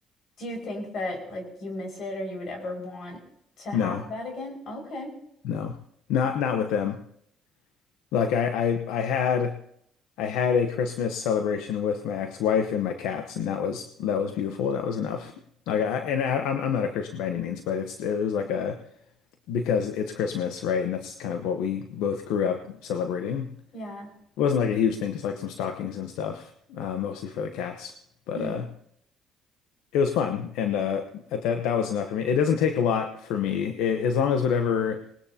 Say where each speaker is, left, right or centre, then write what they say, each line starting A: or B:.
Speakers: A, on the left; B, on the left.
A: Do you think that like you miss it or you would ever want to have
B: No,
A: that again? Okay.
B: no, not not with them. Like I, I, I had I had a Christmas celebration with my ex-wife and my cats, and that was that was beautiful. That was enough. Like I, and I, I'm I'm not a Christian by any means, but it's it was like a because it's Christmas, right? And that's kind of what we both grew up celebrating.
A: Yeah.
B: It wasn't like a huge thing, just like some stockings and stuff, uh, mostly for the cats. But
A: <laughs>
B: uh, it was fun, and uh, that that was enough for me. It doesn't take a lot for me, it, as long as whatever